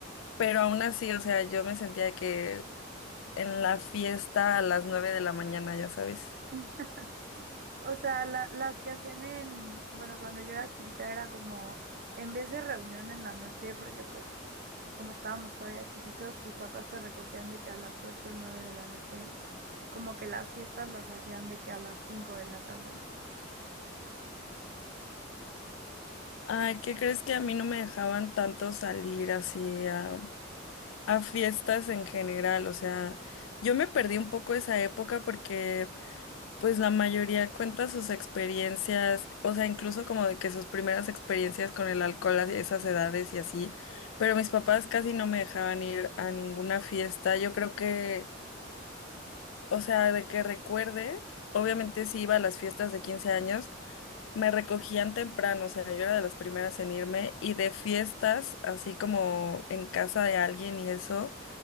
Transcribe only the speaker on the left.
pero aún así, o sea, yo me sentía que en la fiesta a las nueve de la mañana, ya sabes.
Ay, ¿qué crees que a mí no me dejaban tanto salir así a, a fiestas en general? O sea, yo me perdí un poco esa época porque Pues la mayoría cuenta sus experiencias, o sea, incluso como de que sus primeras experiencias con el alcohol a esas edades y así, pero mis papás casi no me dejaban ir a ninguna fiesta. Yo creo que, o sea, de que recuerde, obviamente sí iba a las fiestas de 15 años, me recogían temprano, o sea, yo era de las primeras en irme y de fiestas, así como en casa de alguien y eso.